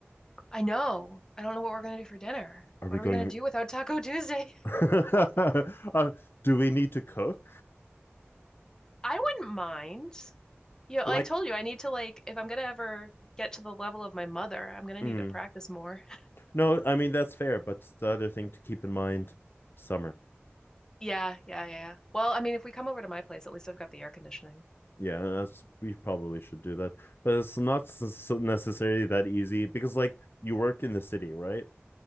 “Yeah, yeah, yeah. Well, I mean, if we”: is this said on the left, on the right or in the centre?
Left